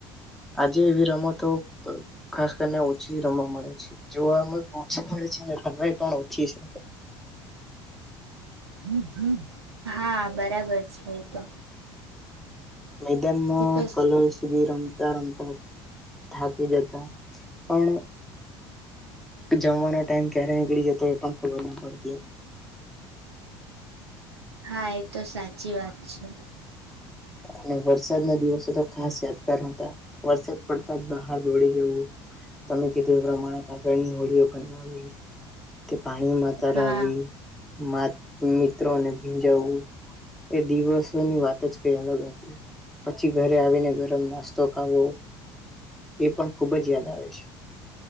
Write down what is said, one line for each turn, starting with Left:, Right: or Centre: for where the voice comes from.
Centre: આજે એવી રમતો ખાસ કરીને ઓછી રમવા મળે છે જોવા પણ ઓછી મળે છે રમાય પણ ઓછી છે.
Right: હમ હમ. હા બરાબર છે તો
Centre: મેદાનમાં
Right: એ તો
Centre: કલલ સુધી રમતા રમતા જ પણ જમવાનો ટાઈમ ક્યારે નીકળી જતો એ પણ ખબર ના પડતી હતી.
Right: હા એ તો સાચી વાત છે.
Centre: અને વરસાદ ના દિવસો તો ખાસ યાદગાર હતા વરસાદ પડતા જ બહાર દોડી જવું તમે કીધું પ્રમારા કાગળની હોડીઓ બનાવી પાણી મા તરાવી,
Right: હા
Centre: મા મિત્રોને ભીંજાવવું એ દિવસ ની વાત જ કઈ અલગ હતી પછી ઘરે આવીને ગરમ નાસ્તો ખાવો એ પણ ખુબ જ યાદ આવે છે.